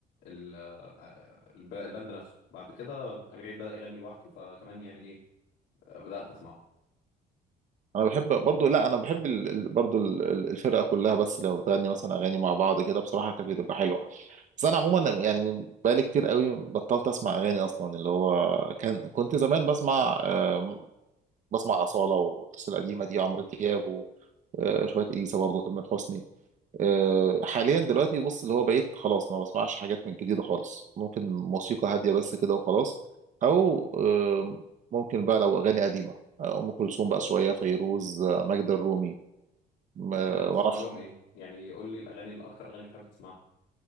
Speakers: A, on the left; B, on the right.
A: ال- آه، الب- الباند نفسه بعد كده أمير عيد بدأ يغني لوحده فكمان يعني إيه آه، بدأت أسمعه
B: انا بحب برضو لا انا بحب ال... ال- برضو ال- ال- الفرقه كلها بس لو بتغني مثلا اغاني مع بعض كده بصراحه كانت بتبقى حلوه بس انا عموما يعني من بقالي كتير قوي بطلت اسمع اغاني اصلا اللي هو كان كنت زمان بسمع آه، بسمع اصاله والناس القديمه دي عمرو دياب و... آه، شويه اليسا برضه تامر حسني آه، حاليا دلوقتي بص اللي هو بقيت خلاص ما بسمعش حاجات من جديدة خالص ممكن موسيقى هادية بس كده وخلاص أو آه، ممكن بقى لو أغاني قديمة آه، أم كلثوم بقى شوية فيروز آه، ماجدة الرومي ما
A: بتحب تسمع
B: ما أعرفش
A: لهم إيه يعني قول لي الأغاني الأكتر أغاني بتحب تسمعها